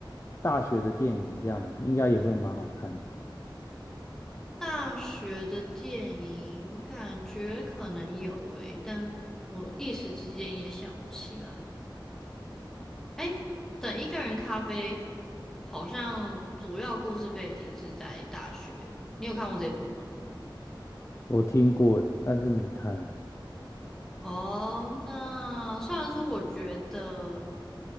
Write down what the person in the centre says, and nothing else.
大学的电影感觉可能有诶，但我一时之间也想不起来。诶，等一个人咖啡，好像主要故事背景是在大学。你有看过这部？吗？
哦，那虽然说我觉得，